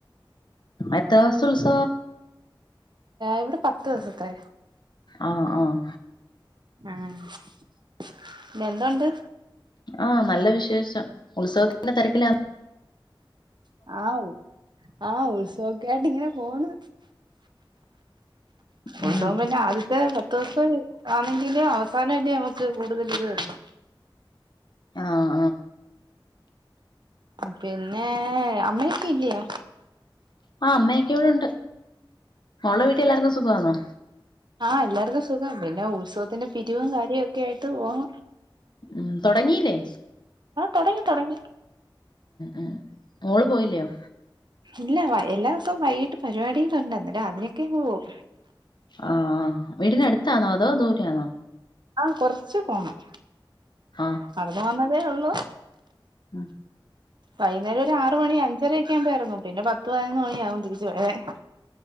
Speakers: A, on the left (about 60°); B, on the right (about 60°).
A: എത്ര ദിവസത്തെ ഉത്സവോ
B: ഇവിടെ പത്ത് ദിവസത്തെ
A: ആഹ് ആഹ്
B: ഉം പിന്നെ എന്തോണ്ട്?
A: ആഹ.. നല്ല വിശേഷം. ഉത്സവത്തിന്റെ തെരക്കിലാ.
B: ആ.. ഉ.. ആഹ്. ഉത്സവൊക്കെ യിട്ടിങ്ങനെ പോണ്.
A: ഉം
B: ഉത്സവം പിന്നെ ആദ്യത്തെ പത്ത് ദിവസം ആന്നെങ്കില് അവസാനല്ലേ നമ്മ ക്ക് കൂടുതൽ ഇത് വരുന്നു.
A: ആഹ്..
B: പിന്നെ അമ്മയൊക്കെ ഇല്ലിയോ?
A: ആ അമ്മക്കെ ഇവിടെണ്ട് മോൾടെ വീട്ടിൽ എല്ലാർക്കും സുഖാന്നോ?
B: ആഹ.. എല്ലാർക്കും സുഖം. പിന്നെ ഉത്സവത്തിന്റെ പിരിവും, കാര്യവും ഒക്കെ ആയിട്ട് പോന്ന്.
A: ഉം.. തൊടങ്ങീല്ലേ?
B: ആഹ്... തൊടങ്ങി, തൊടങ്ങി.
A: ഉം മോള് പോയില്ലയോ
B: ഇല്ല വൈ എല്ലാ ദിവസവും വൈകിട്ട് പരിപാടികള് ഒണ്ട്. അന്ന് രാവിലൊക്കെ പോവും
A: ആഹ്... വീടിനടുത്താന്നോ അതോ ദൂരെയാന്നോ?
B: ആഹ്... കൊറച്ച് പോണം.
A: ആഹ്
B: നടന്ന് വന്നതേ ഒള്ളു.
A: ഉം
B: വൈന്നേരം ഒരു ആറ് മണി അഞ്ചരെയൊക്കെ ആക്മ്പോ എറങ്ങും. പിന്നെ പത്ത് പതിനൊന്ന് മണിയാവും തിരിച്ച് വരാൻ.